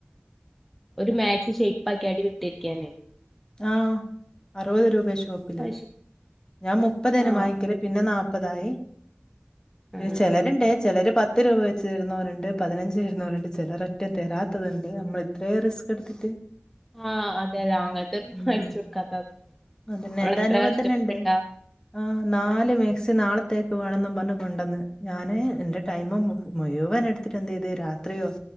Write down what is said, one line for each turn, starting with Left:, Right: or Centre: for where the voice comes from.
Centre: ഒരു മാക്സി ഷേപ്പ് ആക്കി അടി വെട്ടിക്കാന്
Left: ആഹ്! അറുപത് രൂപയ ഷോപ്പില്
Centre: അത് ശരി
Left: ഞാൻ മുപ്പതേന
Centre: ആഹ്
Left: വാങ്ങിക്കല് പിന്നെ നാല്പ്പതായി
Centre: ആ
Left: പിന്നെ ചിലരുണ്ട് ചിലർ പത്ത് രൂപ വെച്ച് തരുന്നവരുണ്ട് പതിനഞ്ച് തരുന്നവരുണ്ട് ചെലലര ഒറ്റം തരാത്തതുണ്ട് നമ്മൾ ഇത്രയ റിസ്ക് എടുത്തിട്ട്
Centre: ആഹ! അതെ! അതെ! അങ്ങനത്തെന്നും
Left: ഉം
Centre: അടിച്ചു കൊടുക്കാത്ത
Left: അതന്നെ
Centre: അവള്
Left: എന്റെ
Centre: എത്ര
Left: അനുഭവത്തിന്നെ
Centre: കഷ്ടപ്പെട്ടിട്ടാ
Left: ഇണ്ട് ആഹ്! നാല് മേക്സി നാളെ- ത്തേക്ക് വേണെന്നും പറഞ് കൊണ്ടന്ന് ഞാന് എന്റെ ടൈമ് മുഴുവനെടുത്തിട്ടെന്തെയ്ത് രാത്രിയോ-